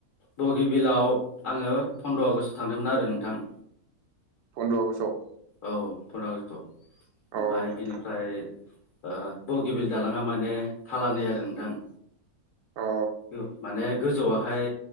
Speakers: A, on the left; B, on the right.
A: बगिबिलाव आंङो फन्द्र आगष्टआव थांदोंमोन आरो नोंथां।
B: फन्द्र' आगषआव
A: औ फन्द्र' आगषटआव
B: अ
A: ओमफ्राय
B: नोंथां
A: बिनिफ्राय ओ बगिबिल दालांङा माने थालानै आरो नोंथां
B: अ
A: औ माने गोजौआवहाय